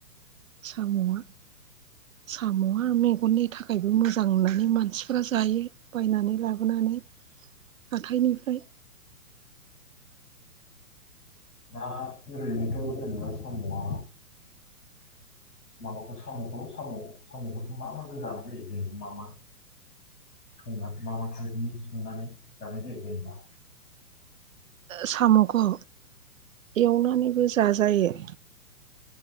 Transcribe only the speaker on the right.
साम'आ। साम'आ मेगननि थाखायबो मोजां नानै मानसिफ्रा जायो बायनानै लाबोना नै हाथायनिफ्राय।
<inaudible>
साम'खौ एवनानैबो जाजायो